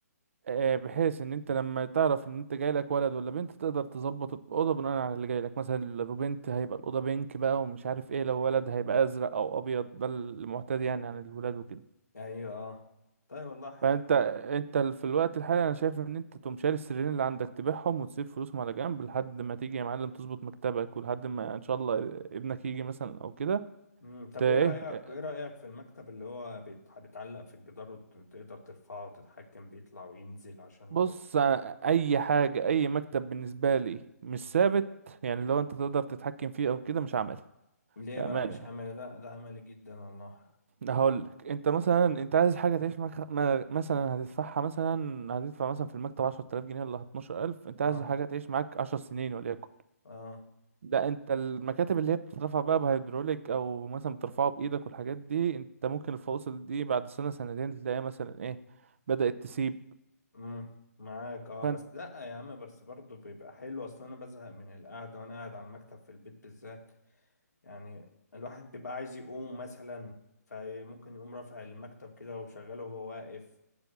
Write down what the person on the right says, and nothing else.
آه، بحيث ان انت لما تعرف ان انت جاي لك ولد ولا بنت تقدر تظبط الاوضه بناء على اللي جاي لك مثلا لو بنت هيبقى الاوضه بينك بقى ومش عارف ايه لو ولد هيبقى ازرق او ابيض ده المعتاد يعني عن الولاد وكده
ما انت انت ال- في الوقت الحالي انا شايف ان انت تقوم شاري السريرين اللي عندك تبيعهم وتسيب فلوسهم على جنب لحد ما تيجي يا معلم تظبط مكتبك ولحد ما ان شاء الله ابنك يجي مثلا او كده
ت- ايه
بص
انا اي حاجه اي مكتب بالنسبه لي مش ثابت يعني لو انت تقدر تتحكم فيه او كده مش عملي
بامانه
يعني
هقول لك انت مثلا انت عايز حاجه تعيش معاك ما- مثلا هتدفعها مثلا هتدفع مثلا في المكتب 10000 جنيه ولا 12000 انت
عايز حاجه تعيش معاك 10 سنين وليكن
لا انت المكاتب اللي هي بتترفع بقى بهيدروليك او مثلا بترفعه بايدك والحاجات دي انت ممكن الفواصل دي بعد سنة سنتين تلاقيها مثلا ايه بدأت تسيب
فانت